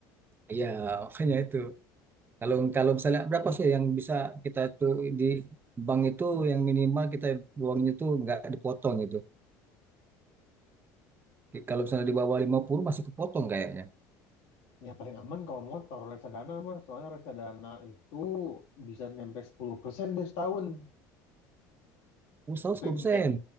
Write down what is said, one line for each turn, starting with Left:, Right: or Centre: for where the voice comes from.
Right: Iya, makanya itu. Kalau kalau misalnya berapa sih yang bisa kita tuh di bank itu yang minimal kita uangnya tuh nggak dipotong gitu. Kalau misalnya di bawah 50 masih kepotong kayaknya.
Left: ya paling aman kalau motor reksadana Mas soalnya reksadana itu bisa nyampe 10% dia setahun
Right: Usaha
Left: itu
Right: 10%.
Left: yang